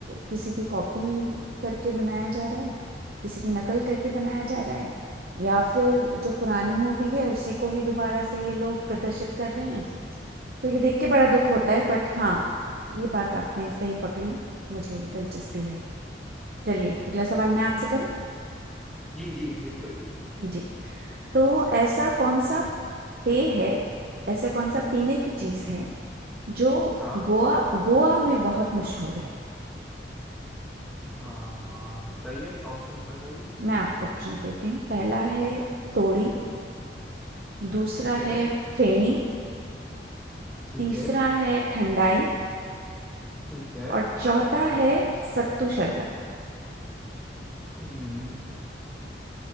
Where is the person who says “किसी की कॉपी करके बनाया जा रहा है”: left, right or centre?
Right